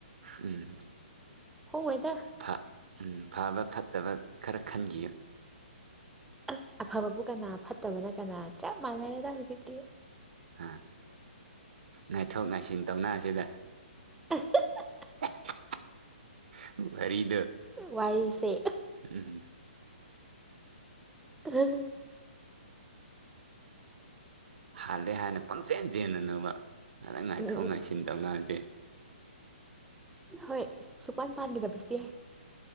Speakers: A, on the right (about 65°); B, in the centre.
A: ꯎꯝ
B: ꯍꯣꯡꯉꯣꯏꯗ
A: ꯐ ꯎꯝ ꯐꯕ ꯐꯠꯇꯕ ꯈꯔ ꯈꯟꯈꯤꯌꯨ
B: ꯑꯁ ꯑꯐꯕꯕꯨ ꯀꯅꯥ ꯐꯠꯇꯕꯅ ꯀꯅꯥ ꯆꯞ ꯃꯥꯟꯅꯔꯦꯗ ꯍꯧꯖꯤꯛꯇꯤ
A: ꯑ ꯉꯥꯏꯊꯣꯛ ꯉꯥꯏꯁꯤꯟ ꯇꯧꯅ ꯁꯤꯗ
B: <unintelligible>
A: <unintelligible> ꯋꯥꯔꯤꯗ‌ꯣ
B: ꯋꯥꯔꯤꯁꯦ
A: ꯎꯝ
B: <unintelligible>
A: ꯍꯥꯜꯂꯦ ꯍꯥꯏꯅ ꯄꯪꯆꯦꯟ ꯆꯦꯟꯒꯅꯨꯕ ꯉꯥꯛꯗ ꯉꯥꯏꯊꯣꯛ
B: ꯎꯝ ꯎꯝ
A: ꯉꯥꯏꯁꯤꯟ ꯇꯧꯅꯁꯦ
B: ꯍꯣꯏ ꯁꯨꯛꯄꯥꯟ ꯄꯥꯟꯈꯤꯗꯕꯁꯦ